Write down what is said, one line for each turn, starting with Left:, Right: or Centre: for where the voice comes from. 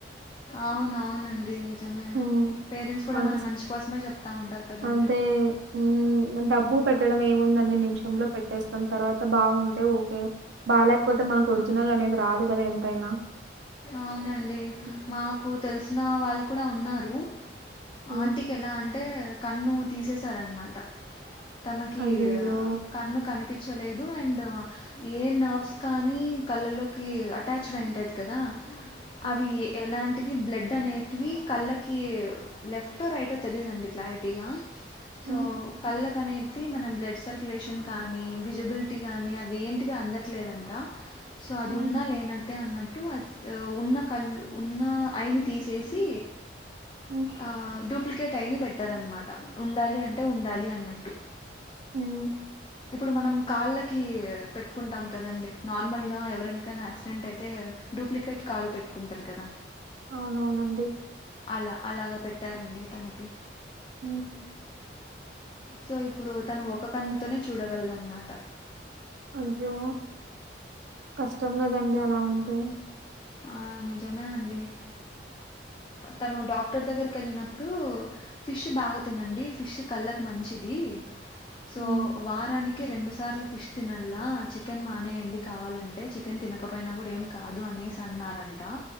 Left: అవునవునండి. నిజమే.
Right: మ్
Left: పేరెంట్స్ కూడా
Right: మనస్
Left: మన మంచి కోసమే చెప్తా ఉంటారు కదండీ!
Right: అంటే ఉమ్ డబ్బు పెట్టడం ఏముందన్ని నిమిషంలో పెట్టచ్ పెట్టేస్తాం తర్వాత బాగుంటే ఓకే బాలేకపోతే మనకు ఒరిజినల్ అనేది రాదు కదా ఎంతైనా
Left: అవునండి
Right: ఉమ్
Left: మాకు తెలుస్ నా వాళ్ళు కూడా ఉన్నారు
Right: ఉమ్
Left: ఆంటీకి ఎలా ఆన్ టే కన్ను తీసేశారన్న మాట తనకి
Right: అయ్యయ్యో!
Left: కన్ను కనిపించ్ నచ్చలేదు అండ్ ఏ నర్వ్స్ కానీ కళ్ళల్లోకి అటాచ్డ్ అయింటది కదా
Right: హ్మ్.
Left: అవి ఎలా అన్ బ్లడ్ అనేటివి కళ్ళకి లెఫ్టో రైటో తెలీయదండి క్లారిటీగా సో
Right: హ్మ్.
Left: కళ్ళకి అనేటిది మన బ్లడ్ సర్క్యులేషన్ కానీ విజిబిలిటీ కానీ అవి ఏంటివి అందట్లేదంట సో అది
Right: హ్మ్.
Left: ఉన్నా లేనట్టే న్నట్టే అటు ఉన్న కళ్ళు ఉన్న ఐని తీసేసి
Right: హ్మ్.
Left: ఆ డూప్లికే కెట్ ఐని పెట్టారన్న మాట ఉండాలి అంటే ఉండాలి అన్నట్టు
Right: ఉహ్
Left: ఇప్పుడు మనం కాళ్ళకి పెట్టుకుంటాం కదండి నార్మల్గా ఎవరికైనా యాక్సిడెంట్ అయితే డూప్లికేట్ కాలు పెట్టుకుంటారు కదా
Right: అవునవునండి.
Left: అలా అలాగా పెట్టారండి తనకి
Right: ఉహ్
Left: సో ఇప్పుడు తను ఒక కన్నుతోనే చూడగలదన్న మాట
Right: అయ్యో కష్టం కదండి అలా ఉంటే
Left: ఆ నిజమే అండి తను డాక్టర్ దగ్గరికి వెళ్ళినప్పుడు ఫిష్ బాగా తినండి. ఫిష్ కళ్ళకు మంచిది. సో
Right: హ్మ్.
Left: వారానికి నికి రెండు సార్లు ఫిష్ తినలా చికెన్ మానేయండి కావాలంటే చికెన్ తినకపోయినా కూడా ఏం కాదు అనేసి అన్నారంట